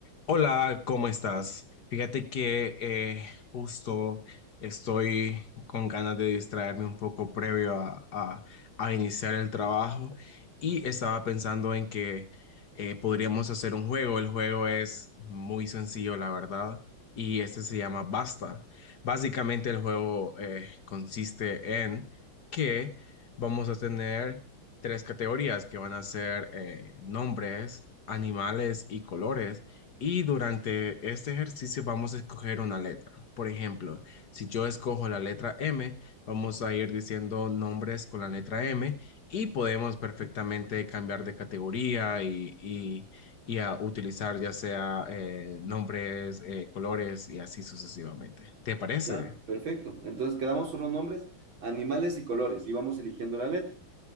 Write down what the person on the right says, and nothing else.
Ya, perfecto. Entonces quedamos solo nombres, animales y colores y vamos eligiendo la letra.